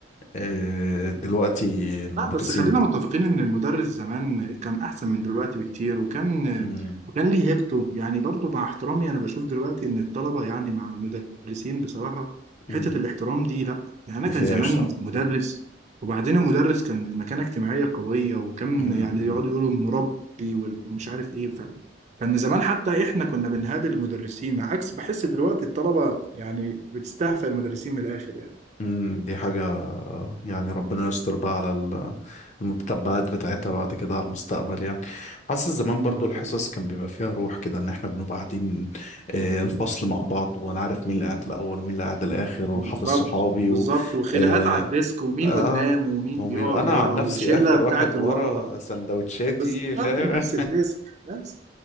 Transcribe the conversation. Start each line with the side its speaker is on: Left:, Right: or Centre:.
Left: آه دلوقتي المدرسين
Right: لا بس خلينا متفقين ان المدرس زمان كان احسن من دلوقتي بكتير وكان
Left: امم
Right: وكان ليه هيبته يعني برضو مع احترامي انا بشوف دلوقتي ان الطلبة يعني مع المدرسين بصراحة حتة
Left: امم
Right: الاحترام دي لا يعني انا
Left: ما
Right: كان
Left: فيهاش
Right: زمان
Left: صح
Right: مدرس وبعدين المدرس كان المكانة اجتماعية قوية وكان
Left: امم
Right: يعني يقعدوا يقولوا المربي وال- ومش عارف ايه ف... كان زمان حتى احنا كنا بنهابل المدرسين عكس بحس دلوقتي الطلبة يعني بتستهفى المدرسين من الاخر يعني
Left: امم دي حاجة آه، يعني ربنا يستر بقى على ال- المتتبعات بتاعتها بعد كده على المستقبل يعني حاسس زمان
Right: بالظبط.
Left: برضو الحصص كان بيبقى فيها روح كده ان احنا بنبقى قاعدين آه، الفصل مع بعض وانا عارف مين اللي قاعد الاول ومين اللي قاعد الاخر وحافظ
Right: بالظبط
Left: صحابي
Right: بالظبط
Left: و
Right: وخناقات
Left: اه,
Right: على الديسك ومين
Left: آه
Right: قدام ومين
Left: ومين
Right: بيقعد
Left: انا
Right: ورا
Left: عن نفسي
Right: والشله
Left: اخر
Right: بتاعت
Left: واحد
Right: الورا
Left: ورا سندوتشاتي
Right: بالظبط
Left: فاهم
Right: نفس الديسك نفس